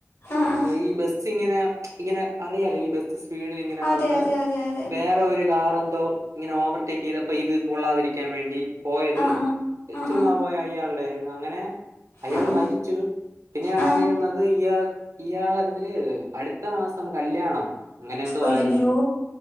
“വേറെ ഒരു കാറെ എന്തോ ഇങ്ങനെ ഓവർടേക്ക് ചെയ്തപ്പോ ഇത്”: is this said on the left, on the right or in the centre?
Right